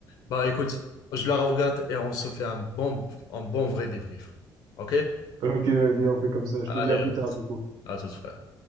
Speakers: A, on the left; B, on the right.
A: Bah écoute, je la regarde et on se fait un bon, un bon vrai débrief. Ok?
B: ok vas-y on fait comme ça je
A: Allez,
B: te dis à plus
A: à tout,
B: tard du coup
A: à tout, frère.